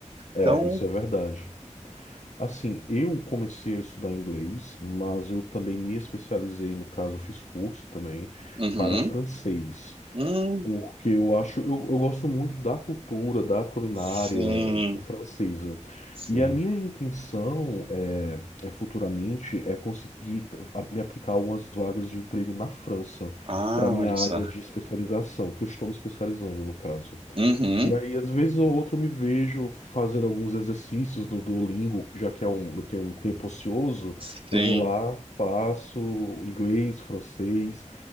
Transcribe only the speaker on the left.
É,
isso é verdade. Assim, eu comecei a estudar inglês, mas eu também me especializei, no caso, fiz curso também
para francês.
Porque eu acho, eu, eu gosto muito da cultura, da culinária
francesa.
E a minha intenção é, é futuramente é conseguir t- a- me aplicar algumas vagas de emprego na França
para minha
área
de especialização, que eu estou me especializando no caso.
E aí, às vezes ou outro, eu me vejo fazendo alguns exercícios no Duolingo, que já que é um, eu tenho um tempo ocioso,
eu vou lá, faço inglês, francês.